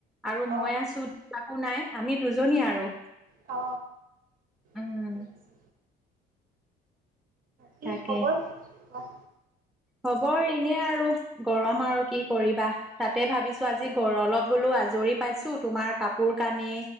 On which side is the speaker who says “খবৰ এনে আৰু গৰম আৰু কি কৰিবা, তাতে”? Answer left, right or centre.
Centre